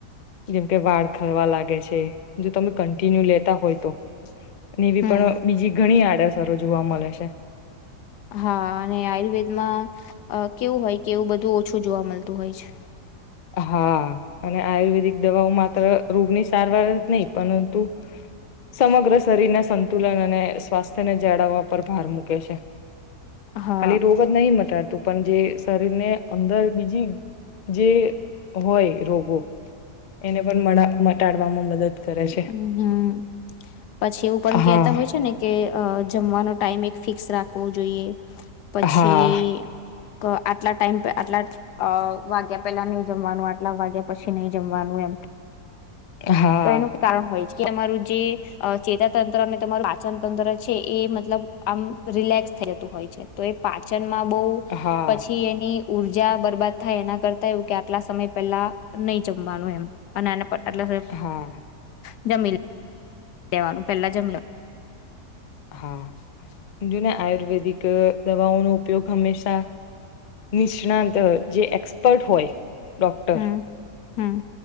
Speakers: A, on the left; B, on the left.
A: જેમકે વાળ ખરવા લાગે છે. જો તમે કન્ટિન્યુ લેતા હોય તો. અને એવી
B: હમ
A: પણ બીજી ઘણી આડઅસ સારો જોવા મળે છે.
B: હા અને આયુર્વેદમાં અ કેવું હોય કે એવું બધું ઓછું જોવા મળતું હોય છે.
A: હા અને આયુર્વેદિક દવાઓ માત્ર રોગની સારવાર જ નહી પરંતુ સમગ્ર શરીરના સંતુલન અને સ્વાસ્થ્યને જાળવવા પર ભાર મૂકે છે.
B: હા
A: ખાલી રોગ જ નહી મટાડતું. પણ જે શરીર ને અંદર બીજી જે હોય રોગો એને પણ મડા મટાડવામાં મદદ કરે છે.
B: હમ્મ પછી એવું પણ
A: હા
B: કેતા હોય છે ને કે અ જમવાનો ટાઈમ એક ફિક્સ રાખવો જોઈએ. પછી
A: હા
B: ક આટલા ટાઈમ આટલા અ વાગ્યા પેલા નહી જમવાનું આટલા વાગ્યા પછી નહી જમવાનું એમ.
A: હા
B: તો એનું કારણ હોય છે. કે અરું જે અ ચેતા તંત્ર અને તમારું પાચન તંત્ર છે એ મતલબ આમ રિલેક્સ થઈ જતું હોય છે તો એ પાચન મા બહ
A: હા
B: પછી એની ઉર્જા બરબાદ થાય એના કરતા એવું કે આટલા સમય પેલા નહી જમવાનું એમ અના પાર એટલા
A: હા.
B: જમીલ લેવાનું પહેલા જમીલો
A: હા જુ ને આયુર્વેદિક દવાઓનો ઉપયોગ હંમેશા નિષ્ણાંત જે એક્સપર્ટ હોય ડોક્ટર
B: હમ હમ